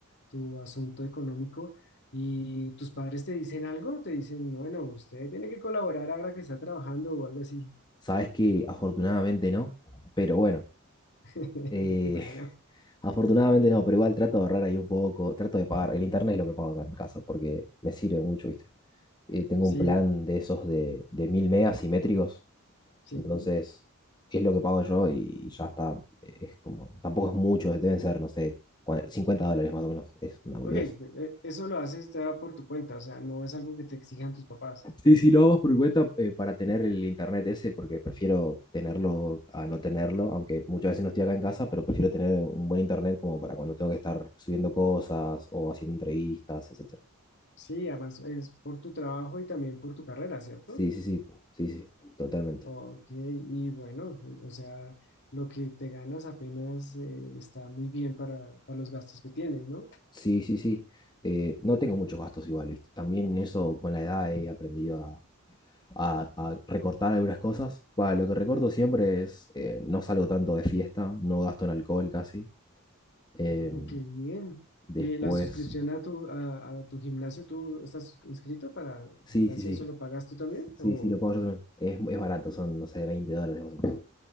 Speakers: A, on the left (about 55°); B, on the left (about 20°).
A: tu asunto económico y tus padres te dicen algo, te dicen, bueno, usted tiene que colaborar ahora que está trabajando o algo así.
B: Sabes que afortunadamente no, pero bueno,
A: <laughs>
B: eh,
A: Bueno,
B: <laughs> afortunadamente no, pero igual trato de ahorrar ahí un poco, trato de pagar. El internet es lo que pago acá en casa porque me sirve mucho, ¿viste? eh, tengo
A: sí,
B: un plan de esos de, de 1000 megas simétricos,
A: sí.
B: entonces es lo que pago yo y, y ya está, eh, es como, tampoco es mucho, deben ser, no sé, cua- 50 dólares más o menos, es una boludez.
A: Ok, e- e- eso lo haces ya por tu cuenta, o sea, no es algo que te exijan tus papás.
B: Sí, sí, lo hago por mi cuenta eh, para tener el internet ese, porque prefiero tenerlo a no tenerlo, aunque muchas veces no estoy acá en casa, pero prefiero tener un buen internet como para cuando tengo que estar subiendo cosas o haciendo entrevistas, etcétera.
A: Sí, además es por tu trabajo y también por tu carrera, ¿cierto?
B: Sí, sí, sí, sí, sí, totalmente.
A: Ok, y bueno, o sea, lo que te ganas apenas eh, está muy bien para, para los gastos que tienes, ¿no?
B: Sí, sí, sí. Eh, no tengo muchos gastos igual, ¿viste? También eso con la edad he aprendido a, a- a recortar algunas cosas. Bah, lo que recorto siempre es, eh, no salgo tanto de fiesta, no gasto en alcohol casi. Em,
A: Oh, qué bien.
B: después,
A: ¿Y la suscripción a tu, a, a tu gimnasio, tú estás inscrito para el
B: sí,
A: gimnasio,
B: sí, sí,
A: solo pagas tú también? O,
B: sí, sí, lo pago yo también. Es, es barato, son, no sé, 20 dólares más o menos.